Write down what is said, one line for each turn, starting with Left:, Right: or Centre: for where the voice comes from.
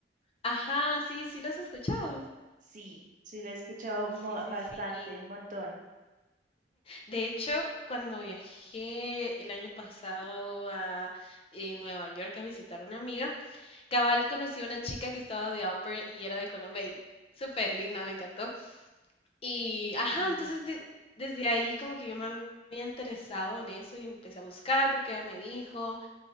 Left: Ajá, sí, sí lo has escuchado.
Right: Sí, sí, lo he escuchado mo-
Left: Sí, sí,
Right: bastante,
Left: sí.
Right: un montón.
Left: De hecho, cuando viajé el año pasado a en Nueva York a visitar a una amiga, Cabal conocí a una chica que estaba de au pair y era de Colombia y súper linda, me encantó. Y, ajá,
Right: Sí.
Left: entonces de- desde ahí como que yo me había interesado en eso y empecé a buscar porque ella me dijo